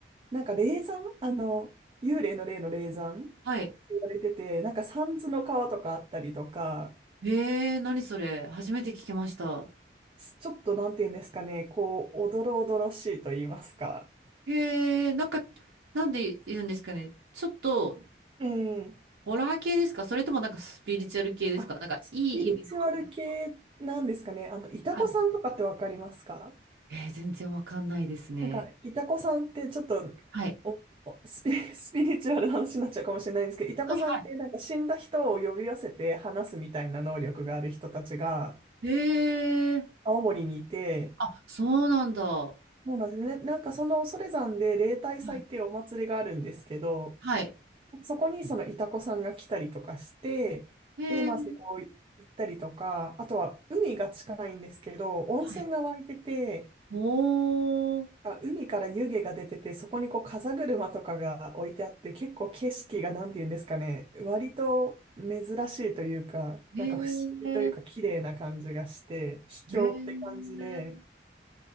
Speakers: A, on the right; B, on the right.
A: なんか霊山あの、幽霊の霊の霊山って
B: はい。
A: 言われてて、なんか三途の川とかあったりとか、
B: へえ、何それ。初めて聞きました。
A: ちょっとなんて言うんですかね、こう、おどろおどろしいと言いますか。
B: へえ、なんか、なんで言うんですかね。ちょっと、
A: ええ
B: ホラー系ですかそれともなんかスピリチュアル系ですかなんか、
A: あ、スピリチュアル系なんですかね。
B: いい意味のあれですか
A: あの、イタコさんとかってわかりますか
B: はい。えー、全然わかんないですね。
A: なんか、イタコさんってちょっと、
B: はい。
A: おおスピ、<laughs> スピリチュアルな話になっちゃうかもしれないんですけど、イタコさんってなんか死んだ人を呼び寄せて話すみたいな能力がある人たちが
B: はい、はい。へえ。
A: 青森にいて、
B: あ、そうなんだ。は
A: そうなんですね。ねなんかその恐山で例大祭っていうお祭りがあるんですけど、
B: い。はい。
A: そこにそのイタコさんが来たりとかして、
B: へえ。
A: で、まあそこ行ったりとか、あとは海が近いんですけど、温泉が湧いてて、
B: はい。おー。
A: あ海から湯気が出てて、そこにこう風車とかが置いてあって、結構景色がなんて言うんですかね、割と珍しいというか、
B: へ
A: なんか不思議というか綺麗な感じがして、
B: え。
A: 秘境って感じで、
B: へえ、